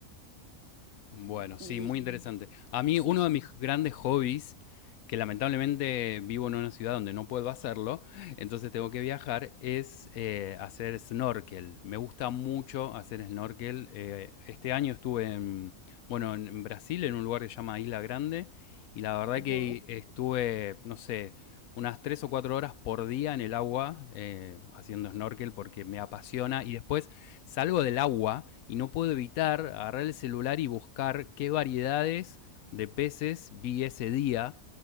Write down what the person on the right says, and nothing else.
y
sí.
ujú.